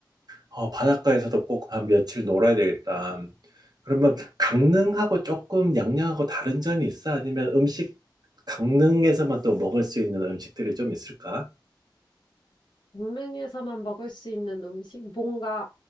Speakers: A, on the right; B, on the left.
A: 어, 바닷가에서도 꼭 한 며칠 놀아야 되겠다. 그러면 강릉하고 조금 양양하고 다른 점이 있어? 아니면 음식, 강릉에서만 또 먹을 수 있는 음식들이 좀 있을까?
B: 강릉에서만 먹을 수 있는 음식 뭔가